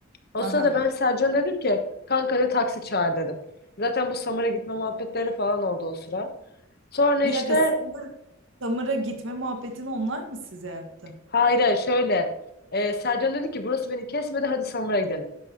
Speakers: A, on the left (about 50°); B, on the right (about 70°).
A: O
B: Aha.
A: sırada ben Sercan'a dedim ki kanka de taksi çağır dedim. Zaten bu Samur'a gitme muhabbetleri falan oldu o sıra. Sonra
B: Bir
A: işte
B: dakika Sam- Samır'a gitme muhabbetini onlar mı size yaptı?
A: hayır şöyle e, Sercan dedi ki burası beni kesmedi hadi Samur'a gidelim.